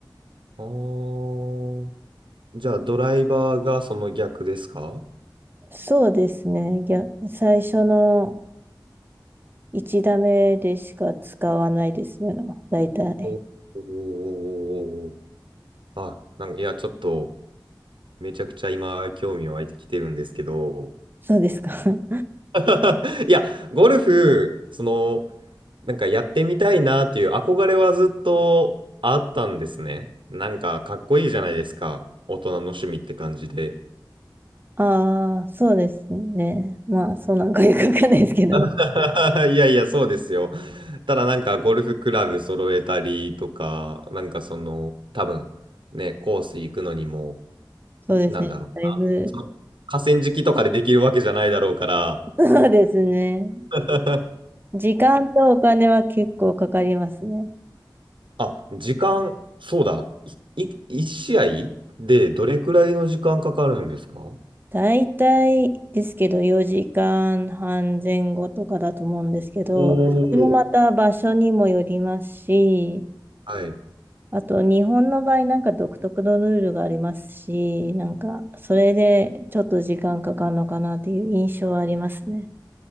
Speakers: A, on the right; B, on the right.
A: あー、じゃあドライバーがその逆ですか
B: そうですね。いや、最初の1打目でしか使わないですね。大体。
A: おおーあ、なんか、いや、ちょっと、めちゃくちゃ今、興味湧いてきてるんですけど、
B: そうですか。<laughs>
A: <laughs> いや、ゴルフ、その、なんかやってみたいなっていう憧れはずっとあったんですね。なんかかっこいいじゃないですか。大人の趣味って感じで。
B: ああ、そうですね。まあ、そうなんかよくわかんないですけど。
A: <laughs> いやいや、そうですよ。ただなんかゴルフクラブ揃えたりとか、なんかその、多分ね、コース行くのにも、
B: そうですね。
A: なんだろう。
B: だいぶ、
A: その河川敷とかでできるわけじゃないだろうから。
B: <laughs> そうですね。
A: <laughs>
B: 時間とお金は結構かかりますね。
A: あ、時間、そうだ。い、い一試合でどれくらいの時間かかるんですかお
B: だいたいですけど、4時間半前後とかだと思うんですけど、
A: ー
B: それもまた場所にもよりますし、
A: はい。
B: あと日本の場合なんか独特のルールがありますし、なんかそれでちょっと時間かかるのかなっていう印象はありますね。